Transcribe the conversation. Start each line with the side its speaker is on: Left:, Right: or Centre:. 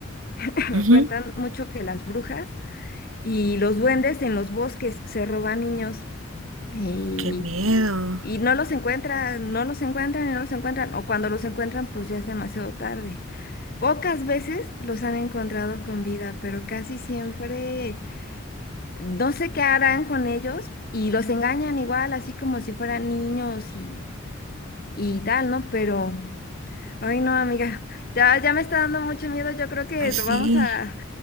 Left: <clears throat>
Right: Ujú.
Left: cuentan mucho que las brujas y los duendes en los bosques se roban niños Y
Right: Qué miedo.
Left: Y no los encuentran, no los encuentran y no los encuentran, o cuando los encuentran, pues ya es demasiado tarde. Pocas veces los han encontrado con vida, pero casi siempre no sé qué harán con ellos y los engañan igual, así como si fueran niños y, y tal, ¿no? Pero, ay no, amiga, ya, ya me está dando mucho miedo, yo creo que
Right: Ay,
Left: lo
Right: sí.
Left: vamos a,